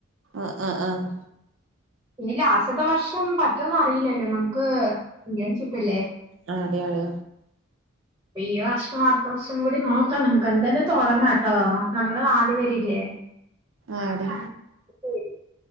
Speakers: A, on the right (about 60°); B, on the right (about 15°).
A: ആഹ് ആഹ് ആഹ്
B: ഇ ലാസ്റ്റ്ത്തെ വർഷം പറ്റുമോന്നന്ന് അറിയില്ലല്ലോ നമുക്ക് ഇന്റൻഷിപ്പല്ലേയ്.
A: ആ അതെ തെ
B: ഈ വർഷും അടുത്ത വർഷം കൂടി നോക്കാം നമുക്. ക്ക്ന്താലും തുടങ്ങാട്ടോ നമ്മള് നാല് പേരില്ലേ.
A: ആടി
B: പേര്